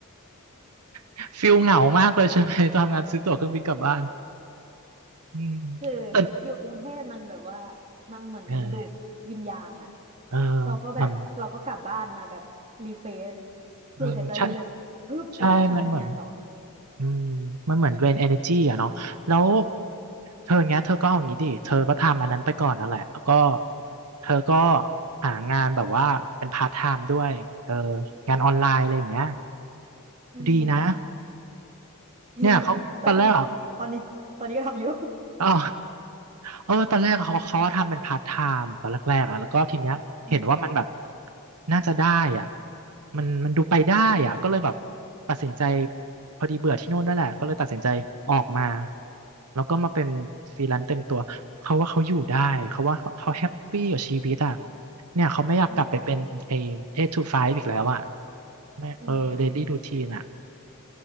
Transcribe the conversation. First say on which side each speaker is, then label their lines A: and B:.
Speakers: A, on the right; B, on the right.
A: <laughs> ฟิลเหงามากเลยใช่ไหมตอนทำงานซื้อตั๋วเครื่องบินกลับบ้านอืม
B: <laughs> คือ
A: แต่
B: อยู่กรุงเทพมันแบบว่ามันเหมือนมันดูดวิญญาณอะ
A: เออเออ
B: เราก็แบบเราก็กลับบ้านมาแบบรีเฟรช
A: มันเออใช่
B: สูดหายใจลึกๆฮึบแล้วก็กลับไปทำงานต่อ
A: ใช่มันเหมือนอืมมันเหมือนเดรน energy อ่ะเนาะแล้วเธออย่างเงี้ยเธอก็เอาอย่างงี้ดิเธอก็ทำอันนั้นไปก่อนนั่นแหละแล้วก็เธอก็หางานแบบว่าเป็นพาร์ทไทม์ด้วยเอองานออนไลน์อะไรอย่างเงี้ย
B: อืม
A: ดีนะ
B: <laughs>
A: เนี่ยเขาตอนแรกอะ
B: ตอนตอนนี้ตอนนี้ก็ทำอยู่
A: อ๋อเออตอนแรกเขาเขาว่าทำเป็นพาร์ทไทม์ตอนแรกๆอ่ะแล้วก็ทีเนี้ยเห็นว่ามันแบบ
B: <laughs> อืม
A: น่าจะได้อ่ะมันมันดูไปได้อ่ะก็เลยแบบ ตัดสินใจพอดีเบื่อที่โน่นด้แหละ ก็เลยตัดสินใจออกมาแล้วก็มาเป็นฟรีแลนซ์เต็มตัว เขาว่าเขาอยู่ได้ เขาว่าเขาเขาแฮปปี้กับชีวิตอ่ะเนี่ยเขาไม่อยากกลับไปเป็นไอ้
B: อืม
A: eight to five อีกแล้วอ่ะไม่เออ
B: อืม
A: daily routine อ่ะ